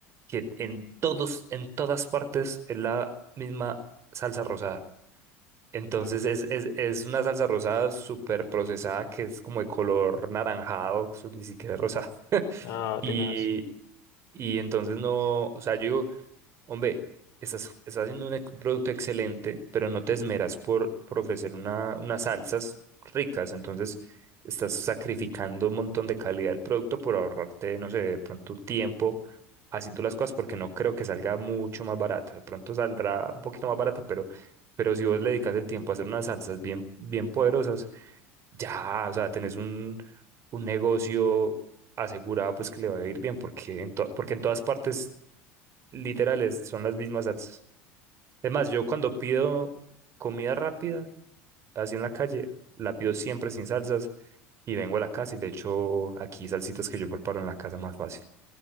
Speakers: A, on the right; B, on the left.
A: que en todos, en todas partes es la misma salsa rosada. Entonces
B: Mm.
A: es, es, es una salsa rosada súper procesada que es como de color naranjado, eso ni siquiera es rosada.
B: Ah,
A: Y,
B: tenaz.
A: y entonces no, o sea, yo digo, Hombre, estás, estás haciendo un ex- un producto excelente, pero no te esmeras por, por ofrecer una, unas salsas ricas, entonces estás sacrificando un montón de calidad del producto por ahorrarte, no sé, de pronto tiempo haciendo las cosas, porque no creo que salga mucho más barata. De pronto saldrá un poquito más barata, pero, pero si vos le dedicas el tiempo a hacer unas salsas bien, bien poderosas, ya, o sea, tenés un, un negocio asegurado pues que le va a ir bien, porque en, to- porque en todas partes literales, son las mismas salsas. Es más, yo cuando pido comida rápida, así en la calle, la pido siempre sin salsas y vengo a la casa y le echo aquí salsitas que yo preparo en la casa más fácil.